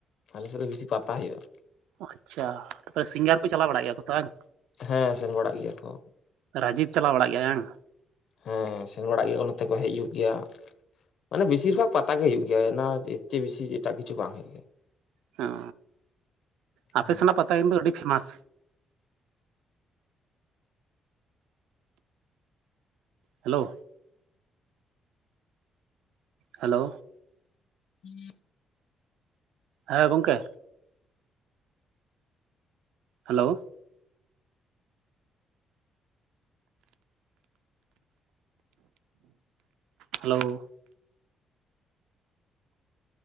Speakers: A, on the left; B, on the right.
A: ᱟᱞᱮ ᱥᱮᱫ ᱫᱚ ᱵᱮᱥᱤ ᱯᱟᱛᱟ ᱦᱩᱭᱩᱜ-ᱟ
B: ᱟᱪᱪᱷᱟ ᱛᱚ ᱥᱤᱝᱜᱟᱨ ᱠᱚ ᱪᱟᱞᱟᱣ ᱵᱟᱲᱟᱜ ᱜᱮᱭᱟ ᱠᱚ ᱛᱚ ᱦᱟᱝ
A: ᱦᱮᱸ ᱥᱮᱱ ᱵᱟᱲᱟᱜ ᱜᱮᱭᱟ ᱠᱚ
B: ᱨᱟᱡᱤᱵ ᱪᱟᱞᱟᱣ ᱵᱟᱲᱟᱜ ᱜᱮᱭᱟᱭ ᱦᱟᱝ
A: ᱦᱮᱸ ᱥᱮᱱ ᱵᱟᱲᱟᱜ ᱜᱮᱭᱟ ᱠᱚ ᱱᱚᱛᱮ ᱠᱚ ᱦᱮᱡᱩᱜ ᱜᱮᱭᱟ ᱢᱟᱱᱮ ᱵᱮᱥᱤᱨ ᱵᱷᱟᱜᱽ ᱯᱟᱛᱟ ᱜᱮ ᱦᱩᱭᱩᱜ ᱜᱮᱭᱟ ᱚᱱᱟ ᱦᱚᱛᱮᱛ ᱪᱮ ᱵᱮᱥᱤ ᱮᱴᱟᱜ ᱠᱤᱪᱩ ᱵᱟᱝ ᱦᱩᱭᱩᱜ ᱜᱮ
B: ᱦᱟᱸ ᱟᱯᱮ
A: ᱦᱩᱸ
B: ᱥᱮᱱᱟᱜ ᱯᱟᱛᱟ ᱠᱤᱱᱛᱩ ᱟᱹᱰᱤ ᱯᱷᱮᱢᱟᱥ ᱦᱮᱞᱳ ᱦᱮᱞᱳ
A: <unintelligible>
B: ᱦᱮᱸ ᱜᱚᱝᱠᱮ ᱦᱮᱞᱳ ᱦᱮᱞᱳ